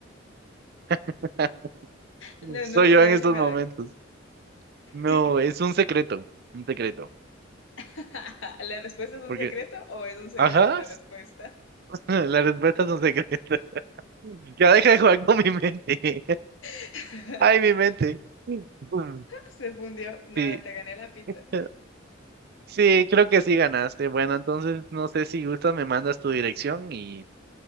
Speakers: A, on the right (about 50°); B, on the left (about 80°).
A: <laughs>
B: No,
A: Soy
B: no lo
A: yo
B: sé,
A: en estos
B: si me
A: momentos.
B: doy.
A: No,
B: <laughs>
A: es un secreto. Un secreto.
B: <laughs> ¿La respuesta es un
A: Porque,
B: secreto o es un secreto
A: ajá,
B: la respuesta?
A: <laughs> las respuestas son secretas. <laughs> Ya deja de jugar con mi mente.
B: <laughs>
A: Ay, mi mente. Mm,
B: Se fundió. Nada,
A: Sí,
B: te gané la pizza.
A: eh, sí, creo que sí ganaste. Bueno, entonces no sé si gustas, me mandas tu dirección y